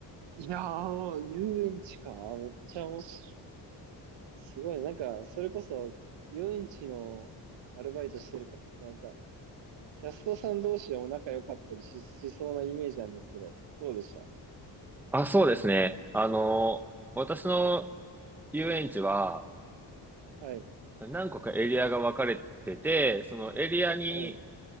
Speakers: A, on the right (about 85°); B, in the centre.
A: いやー、遊園地か。めっちゃ面白い。すごいねなんか、それこそ、遊園地のアルバイトしてる方ってなんか、キャストさん同士でも仲良かったりし、しそうなイメージなんですけど、どうでした
B: あ、そうですね。あの、私の遊園地は
A: はい。
B: 何個かエリアが分かれてて、そのエリアに
A: はい。